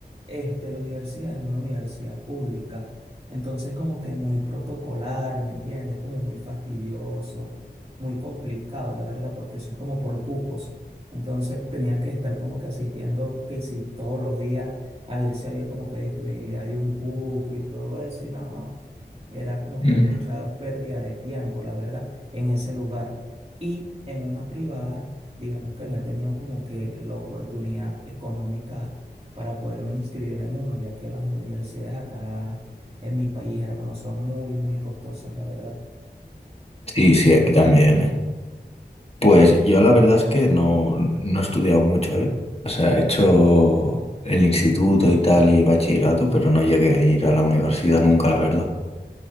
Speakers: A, on the right; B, on the left.
A: este, la universidad es una universidad pública, entonces como que muy protocolar, ¿me entiendes? Como muy fastidioso, muy complicado, la verdad, porque eso es como por cupos. Entonces tenía que estar como que asistiendo, que si todos los días, a ver si había como que disponibilidad de un cupo y todo eso, y no, era como que
B: Mm.
A: mucha pérdida de tiempo, la verdad, en ese lugar. Y en una privada digamos que no he tenido como que la oportunidad económica para poderme inscribir en uno, ya que las universidades acá en mi país, hermano, son muy, muy costosas, la verdad.
B: Sí, sí, aquí también, ¿eh? Pues yo la verdad es que no, no he estudiado mucho, ¿eh? O sea, he hecho el instituto y tal y bachillerato, pero no llegué a ir a la universidad nunca, la verdad.